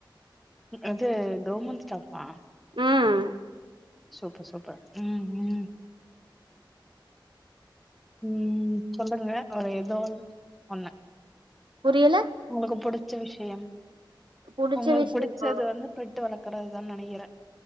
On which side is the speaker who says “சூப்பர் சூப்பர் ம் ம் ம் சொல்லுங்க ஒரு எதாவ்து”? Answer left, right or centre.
Centre